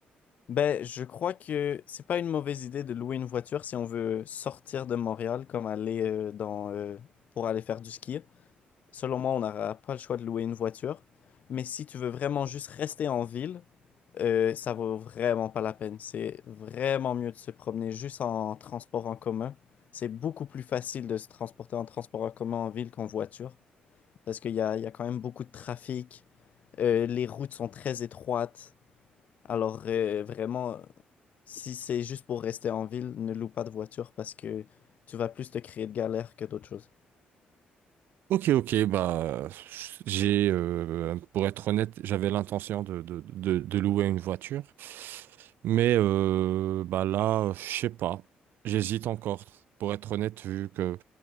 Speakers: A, on the left (about 50°); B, on the right (about 85°).
A: Ben, je crois que c'est pas une mauvaise idée de louer une voiture si on veut sortir de Montréal, comme aller euh, dans, euh, pour aller faire du ski. Selon moi, on n'aura pas le choix de louer une voiture. Mais si tu veux vraiment juste rester en ville, euh, ça vaut vraiment pas la peine. C'est vraiment mieux de se promener juste en transport en commun. C'est beaucoup plus facile de se transporter en transport en commun en ville qu'en voiture. Parce qu'il y a, il y a quand même beaucoup de trafic. Euh, les routes sont très étroites. Alors euh, vraiment, si c'est juste pour rester en ville, ne loue pas de voiture parce que tu vas plus te créer de galères que d'autres choses.
B: Ok, ok, bah j'ai euh, pour être honnête, j'avais l'intention de, de, de, de louer une voiture, mais euh, bah là, je sais pas, j'hésite encore, pour être honnête, vu que